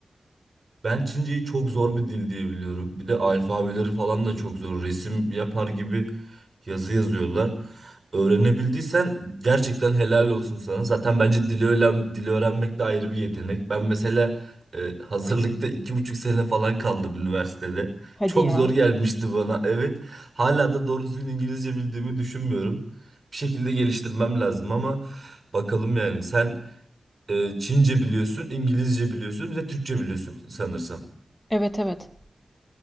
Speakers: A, on the right; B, on the left.
A: Ben Çince'yi çok zor bir dil diye biliyorum. Bir de alfabeleri falan da çok zor. Resim yapar gibi yazı yazıyorlar. Öğrenebildiysen gerçekten helal olsun sana. Zaten bence dili öğren, dili öğrenmek de ayrı bir yetenek. Ben mesela e, hazırlıkta iki buçuk sene falan kaldım üniversitede.
B: Hadi
A: Çok
B: ya.
A: zor gelmişti bana. Evet. Hala da doğru düzgün İngilizce bildiğimi düşünmüyorum. Bir şekilde geliştirmem lazım ama bakalım yani. Sen e, Çince biliyorsun, İngilizce biliyorsun, bir de Türkçe biliyorsun sanırsam.
B: Evet, evet.